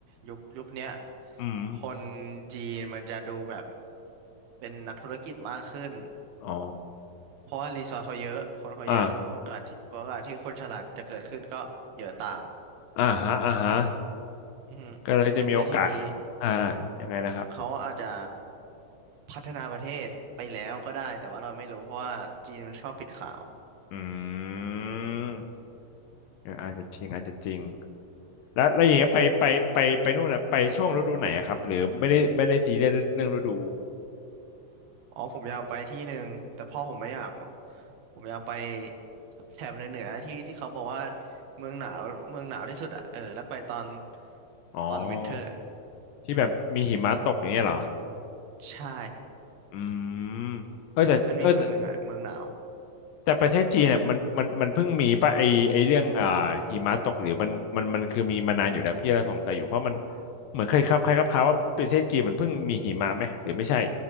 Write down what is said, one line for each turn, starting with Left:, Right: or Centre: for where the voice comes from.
Right: ยุคยุคเนี้ย
Left: อืม
Right: คนจีนมันจะดูแบบเป็นนักธุรกิจมากขึ้น
Left: อ๋อ
Right: เพราะว่ารีซอสเขาเยอะคนเขาเยอะโอกาสที่โอกาสที่คนฉลาดจะเกิดขึ้นก็เยอะตาม
Left: อ่าอ่าฮะอ่าฮะ
Right: อือฮึ
Left: ก็เลยจะมีโอกาส
Right: และทีนี้
Left: อ่ายังไงนะครับ
Right: เขาอาจจะพัฒนาประเทศไปแล้วก็ได้แต่ว่าเราไม่รู้เพราะว่าจีนมันชอบปิดข่าว
Left: อืมเอออาจจะจริงอาจจะจริงแล้วแล้วอย่างเงี้ยไปไปไปไปนู่นน่ะไปช่วงฤดูไหนอะครับหรือไม่ได้ไม่ได้ซีเรียสเรื่องฤดู
Right: อ๋อผมอยากไปที่หนึ่งแต่พ่อผมไม่อยากผมอยากไปแถบเหนือเหนือที่ที่เขาบอกว่าเมืองหนาวเมืองหนาวที่สุดอ่ะเออแล้วไปตอน
Left: อ๋อ
Right: ตอนวินเทอร์
Left: ที่แบบมีหิมะตกอย่างเงี้ยเหรอ
Right: ใช่
Left: อืมเออแต่เออแต่
Right: มันมีเมืองหนึ่งอ่ะเมืองหนาว
Left: แต่ประเทศจีนเนี่ยมันมันมันเพิ่งมีป่ะไอไอเรื่องอ่าหิมะตกหรือมันมันมันคือมีมานานอยู่แล้วพี่เราสงสัยอยู่เพราะมันเหมือนเคยครับใครครับข่าวว่าประเทศจีนมันเพิ่งมีหิมะไหมหรือไม่ใช่